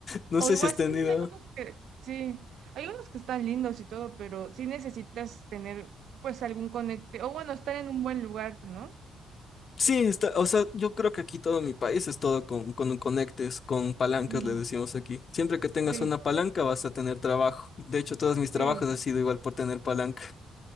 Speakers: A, on the left; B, on the right.
A: No
B: O
A: sé
B: igual
A: si has tenido...
B: sí, hay algunos que, sí, hay unos que están lindos y todo, pero sí necesitas tener pues algún conecte, o bueno, estar en un buen lugar, ¿no?
A: Sí, está, o sea, yo creo que aquí todo mi país es todo con, con conectes, con palancas,
B: Ujú,
A: le decimos aquí. Siempre que tengas
B: Sí.
A: una palanca vas a tener trabajo. De hecho, todos mis
B: Sí.
A: trabajos han sido igual por tener palanca.